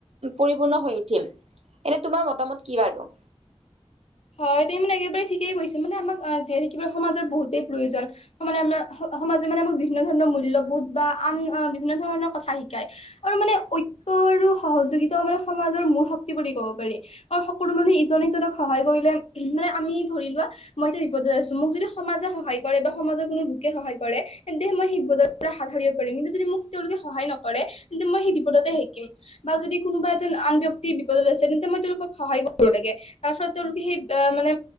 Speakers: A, on the right; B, on the left.
A: পৰিপূৰ্ণ হৈ উঠিম। এনে তোমাৰ মতামত কি বাৰু?
B: হয়, তুমি মানে একেবাৰে ঠিকেই কৈছা মানে আমাক জীয়াই থাকিবলৈ সমাজৰ বহুতেই প্ৰয়োজন। মানে আমাৰ সমাজে মানে আমাক বিভিন্ন ধৰণৰ মূল্যবোধ বা আন বিভিন্ন ধৰণৰ কথা শিকায়। আৰু মানে ঐক্য আৰু সহযোগিতাও মানে সমাজৰ মূল শক্তি বুলি ক'ব পাৰি। আৰু সকলো মানুহে ইজনে সিজনক সহায় কৰিলে মানে আমি ধৰি লোৱা মইতো বিপদত আছো, মোক যদি সমাজে সহায় কৰে বা সমাজৰ কোনো লোকে সহায় কৰে তেন্তে মই বিপদৰ পৰা হাত সাৰিব পাৰিম। কিন্তু যদি মোক তেওঁলোকে সহায় নকৰে তেন্তে মই সেই বিপদতে শিকিম। বা যদি কোনোবা এজন আন ব্যক্তি বিপদত আছে তেন্তে মই তেওঁলোকক সহায় কৰিব লাগে। তাৰ ফলত তেওঁলোকে সেই মানে